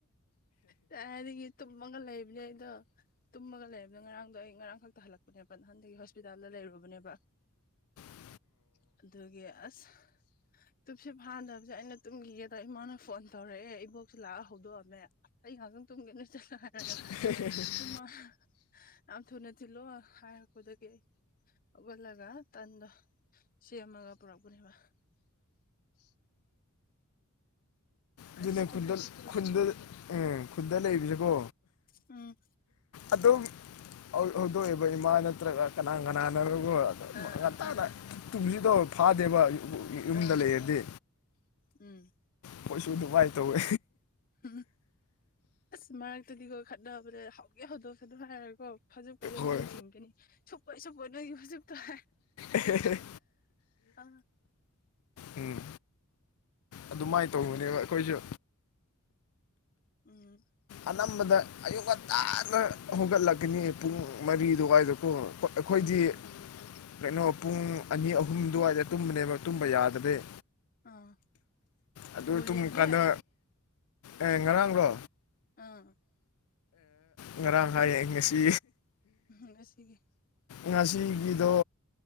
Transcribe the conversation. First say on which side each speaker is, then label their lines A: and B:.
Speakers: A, on the left; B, on the left.
A: ꯀꯗꯥꯏꯗꯩꯩ ꯇꯨꯝꯃꯒ ꯂꯩꯕꯅꯦ ꯑꯩꯗꯣ ꯇꯨꯝꯃꯒ ꯂꯩꯕꯅꯦ ꯉꯔꯥꯡꯗꯣ ꯑꯩ ꯉꯔꯥꯡ ꯈꯛꯇ ꯍꯜꯂꯛꯄꯅꯦꯕ ꯅꯍꯥꯟꯗꯒꯤ ꯍꯣꯁꯄꯤꯇꯥꯜꯗ ꯂꯩꯔꯨꯕꯅꯦꯕ
B: ꯎꯝ
A: ꯑꯗꯨꯒꯤ ꯑꯁ ꯇꯨꯝꯁꯤꯠ ꯐꯥꯗꯕꯁꯦ ꯑꯩꯅ ꯇꯨꯝꯈꯤꯒꯦꯗ ꯏꯃꯥꯅ ꯐꯣꯟ ꯇꯧꯔꯛꯑꯦ ꯏꯕꯣꯛꯁ ꯁꯨ ꯂꯥꯛꯑ ꯍꯧꯗꯣꯛꯑꯝꯃꯦ ꯑꯩ ꯉꯥꯏꯍꯥꯛꯇꯪ ꯇꯨꯝꯒꯦꯅ ꯆꯠꯂꯣ ꯍꯥꯏꯔꯒ
B: ꯍꯝ ꯍꯝ ꯍꯝ
A: ꯏꯃꯥ ꯌꯥꯝ ꯊꯨꯅ ꯊꯤꯜꯂꯣ ꯍꯥꯏꯔꯛꯄꯗꯒꯤ ꯑꯩ ꯍꯧꯒꯠꯂꯒ ꯇꯟꯗꯣ ꯁꯦꯝꯃꯒ ꯄꯨꯔꯛꯄꯅꯦꯕ
B: ꯑꯗꯨꯅꯦ
A: ꯑꯁ ꯀꯣꯛꯁꯨ
B: ꯈꯨꯟꯗ
A: ꯆꯤꯛꯄꯗ
B: ꯈꯨꯟꯗ ꯑꯦ ꯈꯨꯟꯗ ꯂꯩꯕꯁꯦꯀꯣ
A: ꯎꯝ
B: ꯑꯗꯨꯝ ꯍꯧꯗꯣꯛꯑꯦꯕ ꯏꯃꯥ ꯅꯠꯇ꯭ꯔꯒ ꯀꯅꯥ ꯀꯅꯥꯅꯕꯨ
A: ꯑꯥ
B: ꯉꯟꯇꯥꯅ
A: ꯑꯥ ꯑꯥ
B: ꯇꯨꯝꯁꯤꯠ ꯇꯣ ꯐꯥꯗꯦꯕ ꯌꯨꯝꯗ
A: ꯑꯥ
B: ꯂꯩꯔꯗꯤ
A: ꯎꯝ
B: ꯈꯣꯏꯁꯨ ꯑꯗꯨꯃꯥꯏ ꯇꯧꯋꯦ
A: ꯎꯝ ꯑꯁ ꯃꯔꯛꯇꯗꯤꯀꯣ ꯈꯠꯅꯕꯅꯦ ꯍꯧꯒꯦ ꯍꯧꯗꯣꯛꯀꯅꯨ ꯑꯗꯨ ꯍꯥꯏꯔꯀꯣ ꯐꯩꯖꯨꯞ ꯀꯁꯨ
B: ꯍꯣꯏ
A: ꯃꯣꯏꯅ ꯆꯤꯡꯒꯅꯤ ꯁꯨꯞꯄꯣꯏ ꯁꯨꯞꯄꯣꯏ ꯅꯣꯏꯒꯤ ꯐꯩꯖꯨꯞꯇꯣ
B: ꯑꯦ ꯍꯦꯍꯦ
A: ꯑ
B: ꯎꯝ ꯑꯗꯨꯃꯥꯏꯅ ꯇꯧꯕꯅꯦꯕ ꯑꯩꯈꯣꯏꯁꯨ
A: ꯎꯝ
B: ꯑꯅꯝꯕꯗ ꯑꯌꯨꯛ ꯉꯟꯇꯥꯅ ꯍꯣꯡꯒꯠꯂꯛꯀꯅꯤ ꯄꯨꯡ ꯃꯔꯤ ꯑꯗꯨꯋꯥꯏꯗꯀꯣ ꯑꯩꯈꯣꯏꯗꯤ
A: ꯎꯝ ꯎꯝ ꯎꯝ
B: ꯀꯩꯅꯣ ꯄꯨꯡ ꯑꯅꯤ ꯑꯍꯨꯝ ꯑꯗꯨꯋꯥꯏꯗ ꯇꯨꯝꯕꯅꯦꯕ ꯇꯨꯝꯕ ꯌꯥꯗꯕꯩ
A: ꯑꯥ
B: ꯑꯗꯨ
A: ꯕꯣꯜ
B: ꯇꯨꯝꯃꯤꯀꯥꯟꯗ
A: ꯌꯦꯡꯗꯦ
B: ꯑꯦ ꯉꯔꯥꯡꯂꯣ
A: ꯑꯥ
B: ꯉꯔꯥꯡ ꯍꯥꯏꯌꯦ ꯉꯁꯤ
A: ꯉꯁꯤꯒꯤ
B: ꯉꯁꯤꯒꯤꯗꯣ